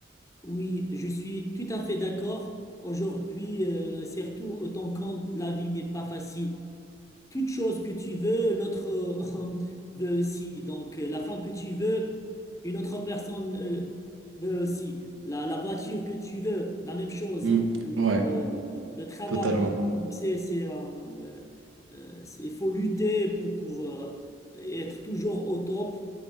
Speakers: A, on the left; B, on the right.
A: Oui, je suis tout à fait d'accord. Aujourd'hui, euh, surtout autant quand la vie n'est pas facile. toute chose que tu veux, l'autre euh, <laughs> veut aussi. Donc, euh, la femme que tu veux, une autre personne euh, veut aussi. La, la voiture que tu veux, la même chose.
B: Mm.
A: Le,
B: Ouais,
A: le- le- le travail.
B: totalement.
A: Donc, C'est, c'est, euh, euh, euh, c'est- il faut lutter pour, pour euh, être toujours au top,